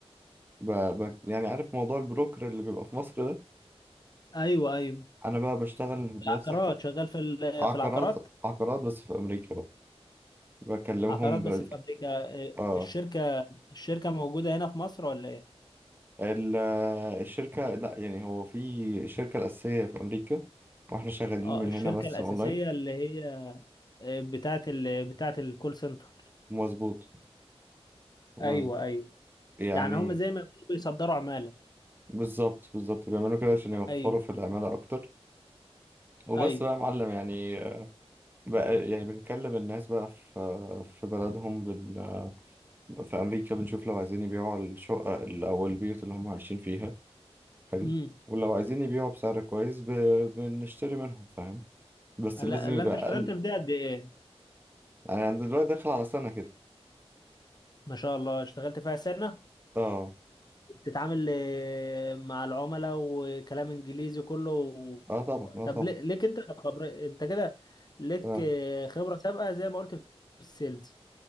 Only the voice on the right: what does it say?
ب... ب... يعني عارف موضوع البروكر اللي بيبقى في مصر ده
أنا بقى بشتغل بنفس
الك-
عقارات
عقارات بس في أمريكا بقى بكلمهم
ب...
آه
ال... آه، الشركة لا يعني هو في الشركة الأساسية في أمريكا وإحنا شغالين
من
هنا بس
أونلاين
مظبوط مظبوط
يعني
بالظبط بالظبط بيعملوا كده عشان يوفروا
في العمالة أكتر وبس
بقى يا معلم يعني بقى يعني بنكلم الناس بقى في في بلدهم بن في أمريكا بنشوف لو عايزين يبيعوا الشقة ال- أو البيوت اللي هم عايشين فيها حلو
ولو عايزين يبيعوا بسعر كويس ب... بنشتري منهم فاهم بس
لازم
يبقى
أقل
يعني أنا دلوقتي داخل على سنة كده
اه
اه طبعا
اه
طبعا
اه